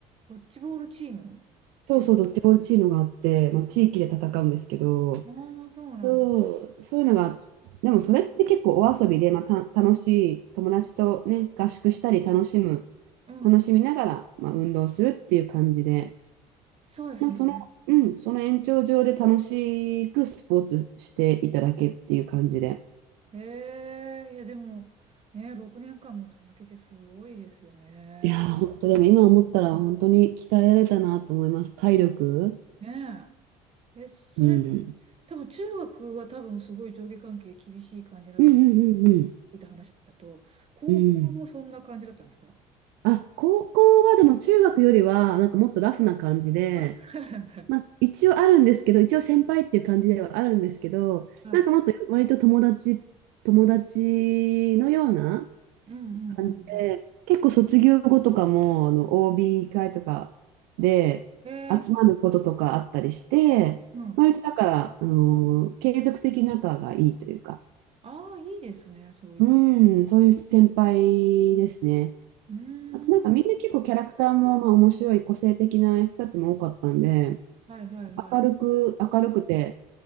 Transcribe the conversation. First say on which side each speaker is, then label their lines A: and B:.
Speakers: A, on the right; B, on the right.
A: ドッジボールチームっていうのが。
B: そうそう、ドッジボールチームがあって、まあ、地域で戦うんですけど、
A: ああ、そうなんだ。
B: そう、そういうのが、でもそれって結構お遊びで、まあ、た楽しい友達とね、合宿したり楽しむ、
A: うん。
B: 楽しみながら、まあ、運動するっていう感じで、
A: そうですね。
B: まあ、その、うん、その延長上で楽しくスポーツしていただけっていう感じで。
A: へえ、いやでも、ね、6年間も続けてすごいですよね。
B: いやー、本当でも今思ったら本当に鍛えられたなと思います。体力。
A: ねえ。え、それ、
B: うん。
A: 多分中学は多分すごい上下関係厳しい感じだと聞
B: うんうんうんうん。
A: いた話だと、高校もそんな感じだったんですか
B: うん。あ、高校はでも中学よりはなんかもっとラフな感じで、
A: あ、<laughs> そうなんだ。
B: まあ、一応あるんですけど、一応先輩っていう感じではあるんですけど、
A: はい。
B: なんかもっと割と友達、友達のような
A: うんう
B: 感じで、
A: んうん
B: 結構卒業後とかも、あの、OB 会とかで集まることとかあったりして、
A: うん。えー、うん。
B: 割とだから、あの、継続的に仲がいいというか、
A: ああ、いいですね、そういうの。
B: うん、そういう先輩ですね。
A: うーん。
B: あとなんかみんな結構キャラクターもまあ面白い個性的な人たちも多かったんで、
A: はいはいはい。
B: 明るく、明るくて、